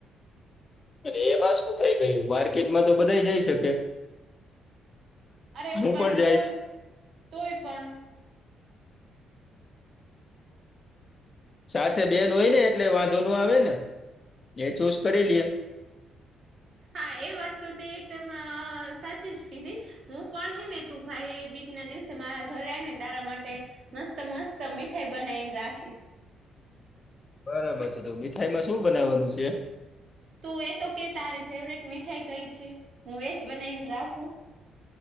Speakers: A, on the left; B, on the right.
A: અને એમાં શું થઈ ગયું માર્કેટમાં તો બધા જઈ શકે
B: અરે
A: હું
B: પણ
A: જઈશ
B: તોય તોય પણ
A: સાથે બે ન હોય ને એટલે વાંધો ન આવે ને એ ચૂઝ કરી લએ
B: હા એ વાત તો તે એકદમ સાચી જ કીધી હું પણ હે ને તું ભાઈ બીજ ના દિવસે મારા ઘરે આવીને તારા માટે મસ્ત મસ્ત મીઠાઈ બનાવીને રાખીશ
A: બરાબર છે તો મીઠાઈમાં શું બનાવવાનું છે
B: તું એ તો કે તારી ફેવરટ મીઠાઈ કઈ છે હું એજ બનાવીને રાખું